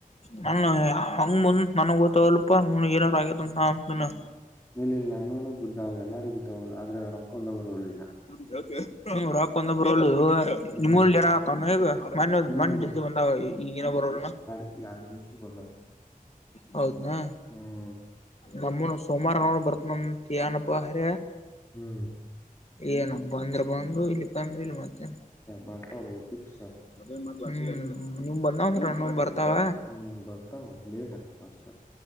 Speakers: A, on the left (about 45°); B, on the left (about 20°).
A: ನಾನ ಹಂಗ ಬಂದ ನನಗ್ ಗೊತ್ತ ಅಲ್ಪ ಏನಾರ ಆಗೇತ ನ ಅನ್ನ
B: ಮೇಲೆಲ್ಲ ಅನ್ನನು ಬುದ್ದ ಎಲ್ಲಾರೂ ಬುದಿದ್ದ ಆದ್ರೆ ರೊಕ್ಕೊಂದ ಬರು ಇಗ
A: ಜತೆ ಹ್ಮ ರಾಕ್ ಕೊಂದಬ್ರಳು
B: ಹ್ಮ್
A: ನಿಮ ಜರತ ಈಗ ಮ
B: ಹ್ಮ್
A: ಮ ಜಜ ಬಂದ ಈಗಏನ ಬರೋ
B: ಯಾರ್ಡ್ ದಷಿ ಬೋಲಾವ
A: ಹೌದನಾ
B: ಹ್ಮ
A: ನಮ್ಮ ಸೋಮಾರ ನೋರು ಬರ್ತ್ನಂತಿಯನಪ್ಪಾ ಅರ
B: ಹ್ಮ್
A: ಏನ ಬಂದ್ರ ಬಂದ ಇಲ್ಲಿ ಬಂದ್ರೆ ಇಲ್ಲಿ ಮತ್ತೇ
B: ಬರ್ತಾವ ಭೈ ಪಿಕ್ಸ
A: ಹ್ಮ್ ನೀವ್ ಬಂದಾವಂದ ಬರ್ತಾವ
B: ಹ್ಮ್ ಬರ್ತಾವ ಲೇಟ್ ಆಗ್ತ ಅಷ್ಟ